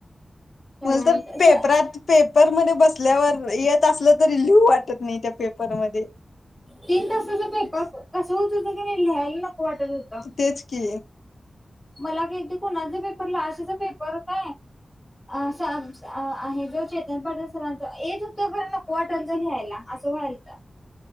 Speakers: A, on the left (about 20°); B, on the left (about 80°).
A: सगळ्यांच
B: मला तर
A: असं
B: पेपरात पेपरमध्ये बसल्यावर येत असलं तरी, लिहू वाटत नायी, त्या पेपरमध्ये
A: तीन तासाचा पेपर कस होत होतं कनाय लिहायला नको वाटत होतं
B: तेच की
A: मला कायती कोणाच पेपर लाशेचा पेपर नाय अ आहे जो चेतन पाटील सरांच येत होतं खरं नको वाटल त लिहायला असं व्हायलत